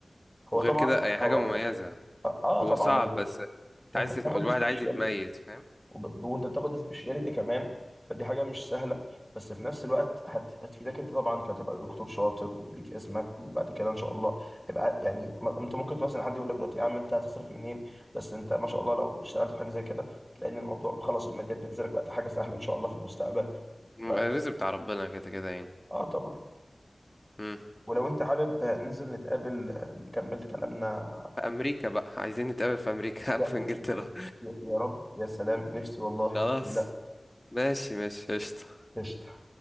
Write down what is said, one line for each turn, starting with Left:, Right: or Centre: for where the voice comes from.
Centre: هو
Left: وغير
Centre: طبعا
Left: كده يعني حاجه
Centre: هو
Left: مميزه
Centre: آه طبعا
Left: هو صعب
Centre: هو
Left: بس انت
Centre: وأنت
Left: عايز
Centre: بتاخد
Left: تتم... الواحد
Centre: سبيشاليتي
Left: عايز يتميز فاهم
Centre: وب- وانت بتاخد سبيشاليتي كمان فدي حاجه مش سهله بس في نفس الوقت هت- هتفيدك انت طبعا كتبقى دكتور شاطر وليك اسمك وبعد كده ان شاء الله يبقى يعني م- انت ممكن مثلا حد يقول لك دلوقتي يا عم انت هتصرف منين بس انت ما شاء الله لو اشتغلت في حاجه زي كده تلاقي ان الموضوع خلاص الماديات بتنزلك بقت حاجه سهله ان شاء الله في المستقبل
Left: الرزق
Centre: ف-
Left: بتاع ربنا كده كده يعني
Centre: اه طبعا
Left: مم.
Centre: ولو انت حابب ننزل نتقابل آه، نكمل كلامنا
Left: في امريكا بقى عايزين نتقابل في امريكا <laughs>
Centre: يا
Left: او في انجلترا
Centre: يا يا رب يا سلام نفسي والله
Left: <laughs> خلاص
Centre: لا
Left: ماشي ماشي قشطة
Centre: قشطة